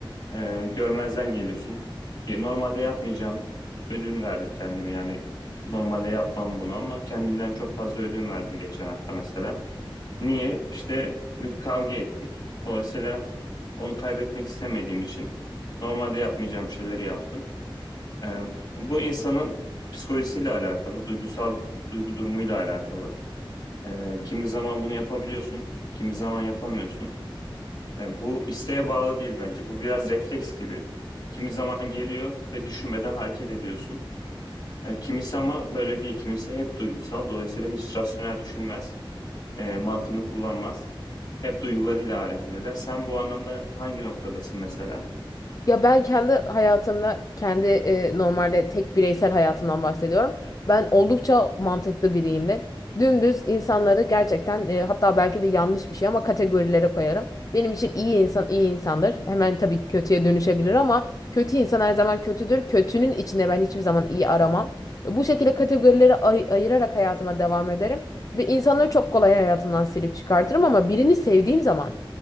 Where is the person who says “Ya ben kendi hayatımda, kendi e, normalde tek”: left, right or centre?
Left